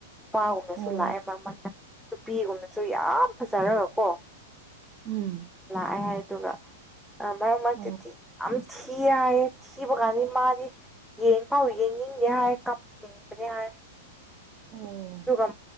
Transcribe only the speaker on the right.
ꯑꯣ
ꯎꯝ
ꯑꯣ
ꯑꯣꯝ